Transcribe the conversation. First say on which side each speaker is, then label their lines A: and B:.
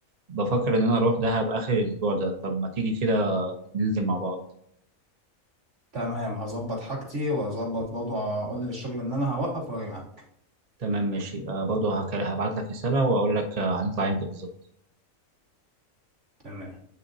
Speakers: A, on the right; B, on the right.
A: بفكر إن أنا أروح دهب آخر الأسبوع ده طب ما تيجي كده ننزل مع بعض
B: تمام هظبط حاجتي وأظبط برضه أقول للشغل إن أنا هوقف وأرجعك
A: تمام ماشي آه برضه هك- هبعت لك رسالة وأقول لك آه هنطلع إمتى بالظبط
B: تمام